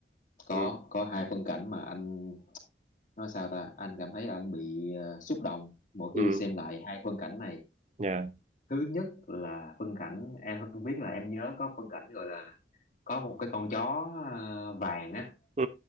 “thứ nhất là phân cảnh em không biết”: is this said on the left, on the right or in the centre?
Left